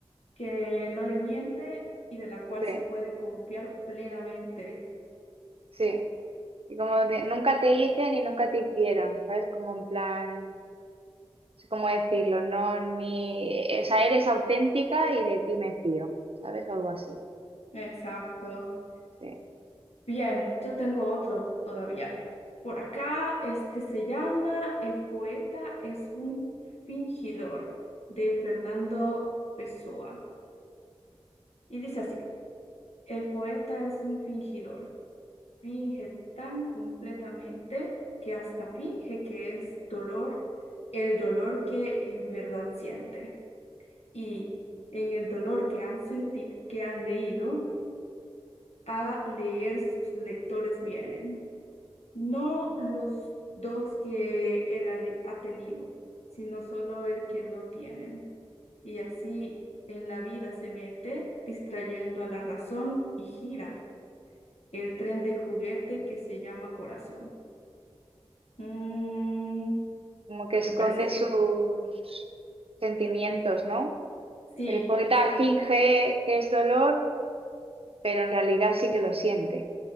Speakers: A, on the left; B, on the right.
A: que no le miente y de la cual
B: Sí.
A: se puede confiar plenamente.
B: sí. Y como de nunca te hice ni nunca te hicieron, ¿sabes? Como en plan, no sé cómo decirlo, no, ni, o sea, eres auténtica y de ti me fío, ¿sabes? O algo así,
A: Exacto.
B: sí.
A: Bien, yo tengo otro todavía. Por acá, este se llama El poeta es un fingidor de Fernando Pessoa. Y dice así, el poeta es un fingidor, finge tan completamente que hasta finge que es dolor, el dolor que en verdad siente. Y en el dolor que han sentido, que han leído, a leer sus lectores vienen. No los dos que él ha, le- ha tenido, sino solo el que no tienen. Y así en la vida se mete, distrayendo a la razón y gira el tren de juguete que se llama Corazón. Mm,
B: Como que esconde
A: me parece
B: sus
A: que
B: sentimientos, ¿no?
A: sí,
B: El poeta
A: se-
B: finge que es dolor, pero en realidad sí que lo siente,